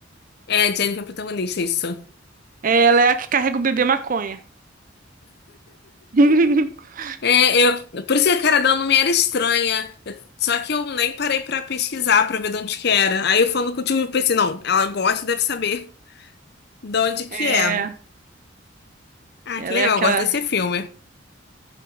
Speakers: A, on the left; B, on the right.
A: É, a Jennifer é a protagonista, isso.
B: Ela é a que carrega o bebê maconha. <laughs>
A: É, eu, por isso que a cara dela não me era estranha. Eu- Só que eu nem parei pra pesquisar pra ver de onde que era. Aí eu falando contigo, eu pensei, não, ela gosta, deve saber de onde que
B: É.
A: é. Ah,
B: Ela
A: que legal,
B: é aquela.
A: eu gosto desse filme.